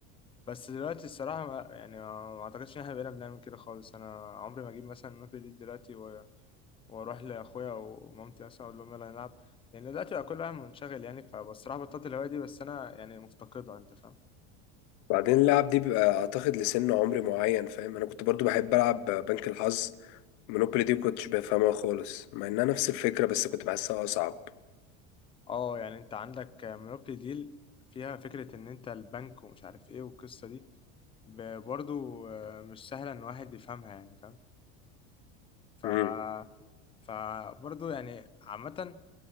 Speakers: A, on the left (about 15°); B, on the left (about 55°).
A: بس دلوقتي الصراحة ما يعني ما ما أعتقدش إن إحنا بقينا بنعمل كده خالص أنا عمري ما أجيب مثلا نوت دي دلوقتي و- وأروح لأخويا ومامتي مثلا أقول لهم يلا نلعب لأن دلوقتي بقى كل واحد منشغل يعني فبصراحة بطلت الهواية دي بس أنا يعني مفتقدها أنت فاهم
B: بعدين اللعب دي بيبقى اعتقد لسن عمري معين فاهم انا كنت برضو بحب العب بنك الحظ مونوبولي دي كنتش بفهمها خالص مع انها نفس الفكرة بس كنت بحسها اصعب
A: أه يعني أنت عندك مونوبولي ديل فيها فكرة إن أنت البنك ومش عارف إيه والقصة دي ب- برضو آه، مش سهلة إن واحد يفهمها يعني فاهم ف
B: مم.
A: فبرضو يعني عامة